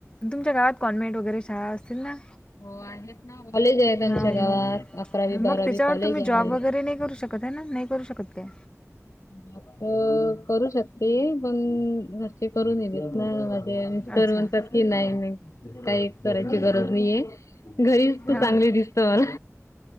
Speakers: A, on the left; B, on the left.
A: तुमच्या गावात गव्हर्नमेंट वगैरे शाळा असतील ना?
B: हो आहेत ना कॉलेज आहेत आमच्या
A: हा,
B: गावात
A: मग
B: अकरावी बारावी
A: मग त्याच्यावर
B: कॉलेज
A: तुम्ही
B: आहे
A: जॉब वगैरे नाही करू शकत शकत आहे ना, नाही करू शकत काय?
B: अ करू शकते पण, घरचे करू देनात ना. तेन तर
A: अच्छा
B: म्हणतात की नाही नाही, काहीच करायची गरज नाहीये. घरीच तू
A: हो
B: चांगली दिसते म्हण.